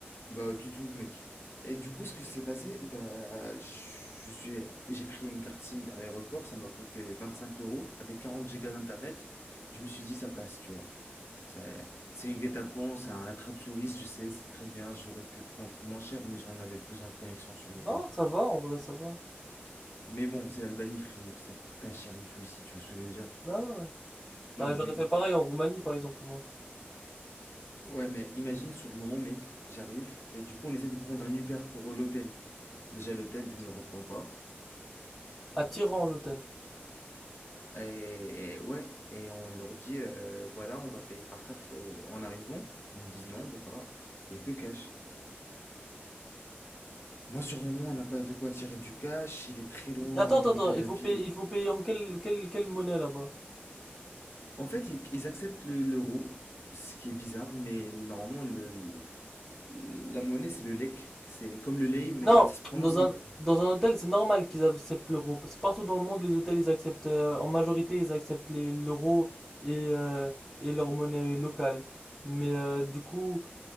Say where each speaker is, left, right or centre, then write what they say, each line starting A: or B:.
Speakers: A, on the left; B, on the left.
A: Bah, tu joues, mec. Et du coup, ce que s'est passé, bah, je je suis, j'ai pris une carte SIM à l'aéroport, ça m'a coûté 25 euros, avec 40 gigas d'internet. Je me suis dit, ça passe, tu vois. C'est c'est une guet-apens, c'est un attrape-touriste, je sais, c'est très bien, j'aurais pu prendre moins cher, mais j'en avais besoin de connexion sur le
B: Non,
A: moment.
B: ça va, en vrai, ça va.
A: Mais bon, c'est l'Albanie, frérot, ça coûte pas cher du tout ici, tu vois ce que je veux dire?
B: Bah ouais. ouais.
A: Non,
B: Bah j'aurais
A: mais,
B: fait pareil en Roumanie, par exemple, moi.
A: ouais, mais imagine sur le moment, mec, j'arrive, et du coup, on essaie de prendre un Uber pour l'hôtel. Déjà, l'hôtel, il ne répond pas.
B: À Tiran, l'hôtel.
A: Et, et ouais, et on leur dit, euh, voilà, on va payer par carte euh, en arrivant. Ils me disent, non, on peut pas. Il n'y a que cash. Moi, sur le moment, on n'a pas de quoi tirer du cash. Il est très loin
B: Attends, attends, attends,
A: euh, de la
B: il faut
A: ville.
B: payer, il faut payer en quelle, quelle, quelle monnaie là-bas?
A: En fait, ils, ils acceptent le- l'euro, ce qui est bizarre, mais normalement, le- la monnaie, c'est le lek. C'est comme le lei, mais
B: Non,
A: ça se prononce
B: dans
A: lei.
B: un, dans un hôtel, c'est normal qu'ils acceptent l'euro, parce que partout dans le monde, les hôtels, ils acceptent, euh, en majorité, ils acceptent les, l'euro et, euh, et leur monnaie locale. Mais euh, du coup,